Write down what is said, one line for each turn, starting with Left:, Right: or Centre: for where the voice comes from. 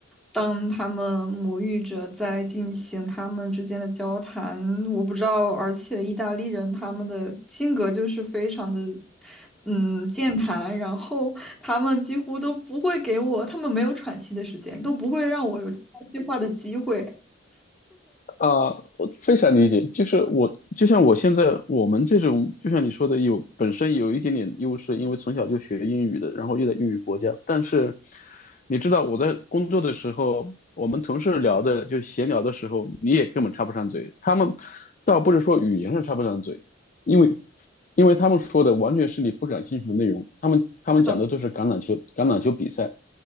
Centre: 当他们母语者在进行他们之间的交谈，我不知道，而且意大利人他们的性格就是非常的，嗯，健谈，然后他们几乎都不会给我，他们没有喘息的时间，都不会让我有插一句话的机会。
Left: 啊，我非常理解，就是我就像我现在我们这种，就像你说的有本身有一点点优势，因为从小就学英语的，然后又在英语国家。但是你知道我在工作的时候，我们同事聊的就闲聊的时候，你也根本插不上嘴。他们倒不是说语言上插不上嘴，因为因为他们说的完全是你不感兴趣的内容，他们他们讲的都是橄榄球橄榄球比赛。
Centre: 是的。